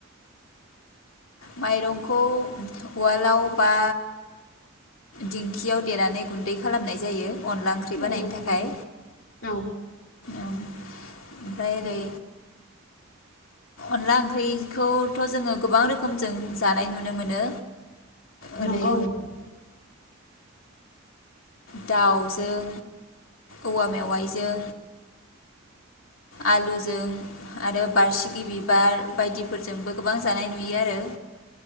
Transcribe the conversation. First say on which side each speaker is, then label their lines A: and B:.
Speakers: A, on the left; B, on the left.
A: माइरंखौ उवालाव बा दिंखियाव देनानै गुन्दै खालामनाय जायो। अनला ओंख्रि बानायनो
B: औ
A: थाखाय।
B: नोंथां औ
A: ओमफ्राय ओरै अनला ओंख्रिखौथ' जोङो गोबां रोखोम जों जानाय नुनो मोनो। ओरै
B: नंगौ नोंथां
A: दाउजों औवा मेवाइजों आलुजों आरो बारसिगि बिबार बायदिफोरजोंबो गोबां जानाय नुयो आरो